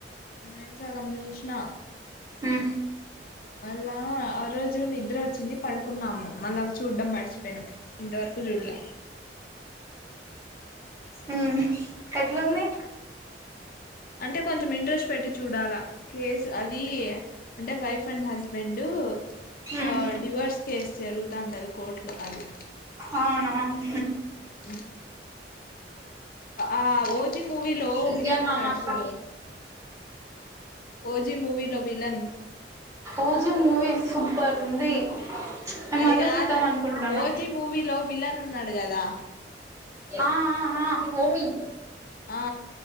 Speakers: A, on the left (about 50°); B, on the right (about 20°).
A: నేను సగం చూసిన
B: ఉమ్
A: మళ్ళా ఆ ఆ రోజు నిద్ర వచ్చింది పడుకున్నాము మళ్లా చూడ్డం మర్చిపోయినాము ఇంతవరకు చూడల
B: ఉ ఎట్లుంది
A: అంటే కొంచెం ఇంట్రెస్ట్ పెట్టి చూడాలా కేసు అద్ అదీ. అంటే వైఫ్ అండ్ హస్బెండా
B: ఉమ్
A: ఆ డివోర్స్ కేస్ జరుగుతా ఉంటది కోర్టు లో అది.
B: అవునవును
A: హ్మ ఆ ఓ జి మూవీలో
B: ఇంకేం
A: విలన్
B: నానక్క
A: ఉన్నాడు చూడూ. ఓజీ మూవీలో విలన్.
B: ఓజీ మూవీ సూపర్ ఉంది. నేను
A: అది
B: మళ్ళా
A: గాదు
B: చూద్దాం అనుకుంటాను
A: ఓజీ మూవీలో విలన్. ఉన్నాడు గదా.
B: ఆ ఆ ఆ ఓమి.
A: ఆ